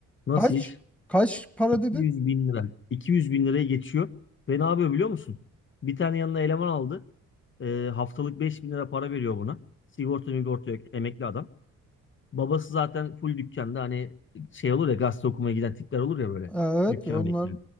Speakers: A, on the left; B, in the centre.
A: Nasıl
B: Kaç?
A: iş?
B: Kaç para
A: 200
B: dedin?
A: bin lira. 200 bin liraya geçiyor. Ve ne yapıyor biliyor musun? Bir tane yanına eleman aldı. Ee, haftalık 5 bin lira para veriyor buna. Sigorta migorta yok. Emekli adam. Babası zaten full dükkanda hani şey olur ya gazete okumaya giden tipler olur ya böyle.
B: Ha, Evet
A: Dükkan
B: onlar.
A: bekliyor.